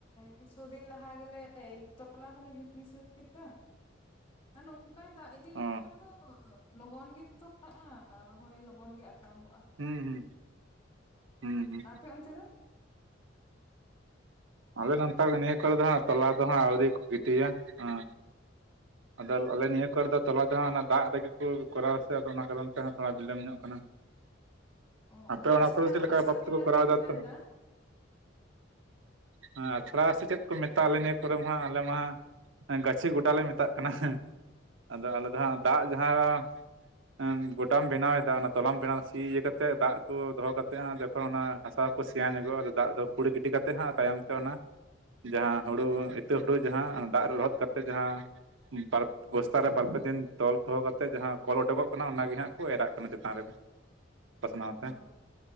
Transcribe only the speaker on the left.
ᱠᱤᱪᱷᱩᱫᱤᱱ ᱞᱟᱦᱟ ᱜᱮᱞᱮ ᱛᱚᱞᱟ ᱦᱚᱞᱮ ᱜᱤᱲᱤ ᱥᱟᱹᱛ ᱠᱮᱫᱟ ᱚᱱᱠᱟᱭ ᱫᱟᱜ ᱤᱫᱤ ᱞᱮᱠᱷᱟᱱ
ᱫᱚ ᱞᱚᱜᱚᱱ ᱜᱮ ᱛᱚᱨᱟᱜᱼᱟ ᱟᱨ ᱨᱚᱦᱚᱭ ᱞᱚᱜᱚᱱ ᱜᱮ ᱟᱨᱟᱢᱚᱜᱼᱟ
ᱟᱯᱮ ᱚᱱᱛᱮ ᱫᱚ
ᱚ
ᱚᱱᱮ
ᱟᱪᱷᱟᱲᱟ
ᱟᱪᱷᱟᱲᱟ
ᱛᱚᱞᱟ
ᱡᱟᱦᱟᱸ ᱠᱚ ᱢᱮᱱᱫᱟ
ᱚ